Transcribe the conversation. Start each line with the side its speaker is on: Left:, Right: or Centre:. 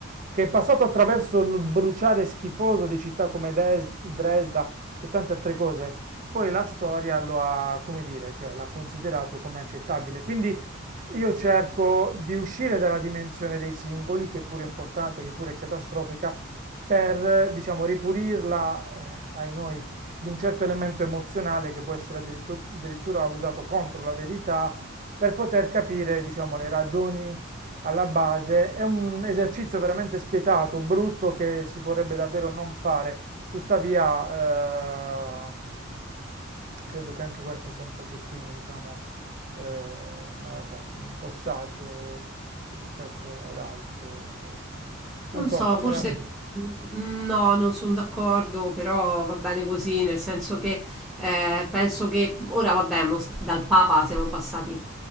Right: che è passato attraverso il bruciare schifoso di città come Des- Dresda e tante altre cose. Poi la storia lo ha, come dire, cioè l'ha considerato come accettabile. Quindi io cerco di uscire dalla dimensione dei singoli, che pure è importante, che pure è catastrofica, per, diciamo, ripulirla, eh, ai noi, di un certo elemento emozionale che può essere addirittu- addirittura usato contro la verità per poter capire, diciamo, le ragioni alla base. È un esercizio veramente spietato, brutto, che si vorrebbe davvero non fare. Tuttavia, ehm, credo che anche questo sia un pochettino, diciamo, eh, non lo so, un po' saggio rispetto ad altro. Non
Centre: Non
Right: so,
Centre: so, No.
Right: come
Centre: forse
Right: la vedi?
Centre: mm, no, non sono d'accordo, però va bene così, nel senso che eh, penso che ora, vabbè, mo s- dal Papa siamo passati